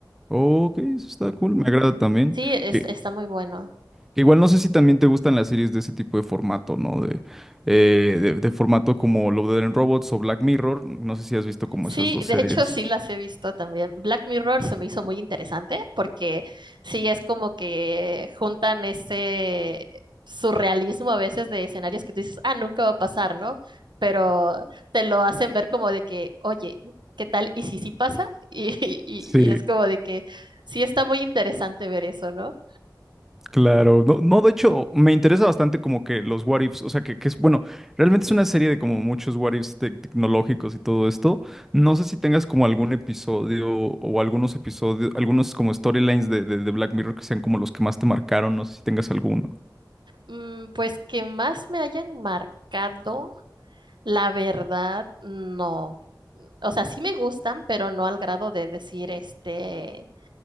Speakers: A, in the centre; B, on the right.
A: Ok, eso está cool, me agrada también.
B: Sí, es-
A: Que,
B: está muy bueno.
A: que igual no sé si también te gustan las series de ese tipo de formato, ¿no? De, eh, de, de formato como Love, Death and Robots o Black Mirror. No sé si has visto como
B: Sí,
A: esas dos
B: de
A: series.
B: hecho sí las he visto también. Black Mirror se me hizo muy interesante porque sí es como que juntan ese surrealismo a veces de escenarios que tú dices, ah, nunca va a pasar, ¿no? Pero te lo hacen ver como de que, oye, ¿qué tal? ¿Y si sí pasa? <laughs> Y, y-
A: Sí,
B: y es como de que sí está muy interesante ver eso, ¿no?
A: claro. No, no, de hecho, me interesa bastante como que los what ifs, o sea, que, que es, bueno, realmente es una serie de como muchos what ifs tec- tecnológicos y todo esto. No sé si tengas como algún episodio o algunos episodios, algunos como storylines de, de, de Black Mirror que sean como los que más te marcaron, no sé si tengas alguno.
B: Mm, pues que más me hayan marcado. La verdad, no. O sea, sí me gustan, pero no al grado de decir, este,